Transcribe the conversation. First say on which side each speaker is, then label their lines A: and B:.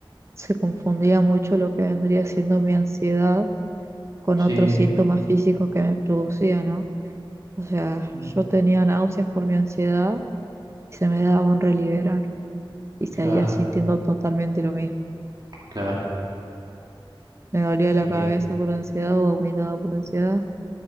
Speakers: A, on the right (about 30°); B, on the right (about 50°).
A: se confundía mucho lo que vendría siendo mi ansiedad con
B: sí,
A: otros síntomas físicos que me producía, ¿no? O sea,
B: mm,
A: yo tenía náuseas por mi ansiedad y se me daba un Reliberan y seguía
B: claro,
A: sintiendo totalmente lo mismo.
B: claro,
A: Me dolía la
B: eh,
A: cabeza por ansiedad o vomitaba por ansiedad,